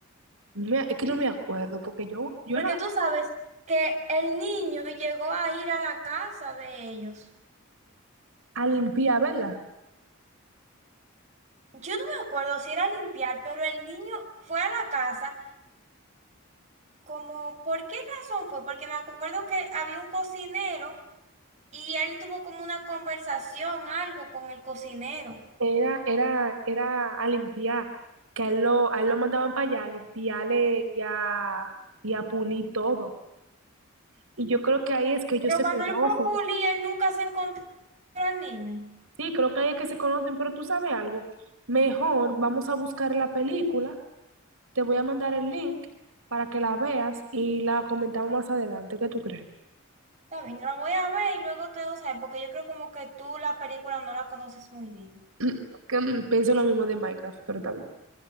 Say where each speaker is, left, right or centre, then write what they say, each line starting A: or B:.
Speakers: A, on the right; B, on the right.
A: Me- es que no me acuerdo, porque yo, yo
B: porque
A: la
B: tú sabes que el niño llegó a ir a la casa de ellos.
A: a limpiar, ¿verdad?
B: Yo no me acuerdo si era a limpiar, pero el niño fue a la casa. Como, ¿por qué razón fue? Porque me acuerdo que había un cocinero y él tuvo como una conversación, algo con el cocinero.
A: Era, era, era a limpiar, que a él lo, a él lo mandaban para allá a limpiarle y a, y a pulir todo. Y yo creo que ahí es que ellos
B: Pero
A: se
B: cuando
A: conocen.
B: él fue a Puli, él nunca se encontró al niño.
A: Sí, creo que ahí es que se conocen, pero tú sabes algo, mejor vamos a buscar la película, te voy a mandar el link para que la veas y la comentamos más adelante, ¿qué tú crees?
B: Está bien, la voy a ver y luego te dejo saber, porque yo creo como que tú la película no la conoces muy bien.
A: <clears throat> Que, mm, Pienso lo mismo de Minecraft, pero también.